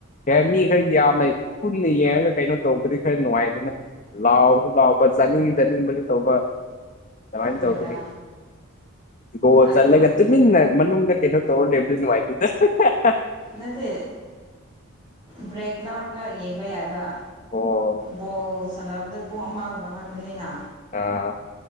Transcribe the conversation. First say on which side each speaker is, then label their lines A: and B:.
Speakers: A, on the left; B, on the right.
A: ꯍ ꯃꯤ ꯈꯔ ꯌꯥꯝꯅ ꯄꯨꯟꯅ ꯌꯦꯡꯉꯒ ꯀꯩꯅꯣ ꯇꯧꯕꯗꯤ ꯈꯔ ꯅꯨꯡꯉꯥꯏꯗꯨꯅ ꯂꯥꯎꯁꯨ ꯂꯥꯎꯕ ꯆꯥꯅꯤꯡ ꯆꯥꯅꯤꯡꯕꯁꯨ ꯇꯧꯕ ꯀꯃꯥꯏꯅ
B: ꯍꯣꯏꯗ
A: ꯇꯧꯕꯅꯤ ꯒꯣ
B: ꯑꯗꯣ
A: ꯆꯠꯂꯒ ꯇꯨꯃꯤꯟꯅ ꯃꯅꯨꯡꯗ ꯀꯩꯅꯣ ꯇꯧꯔ ꯂꯩꯕꯗꯤ ꯅꯨꯡꯉꯥꯏ <unintelligible>
B: ꯅꯠꯇꯦ ꯕ꯭ꯔꯦꯛ ꯂꯧꯔꯒ ꯌꯦꯡꯕ ꯌꯥꯏꯕ
A: ꯑꯣ
B: ꯕꯣꯜ ꯁꯥꯟꯅꯕꯗ ꯄꯨꯡ ꯑꯃꯒꯨꯝꯕ ꯈꯛꯇꯅꯤꯅ
A: ꯑ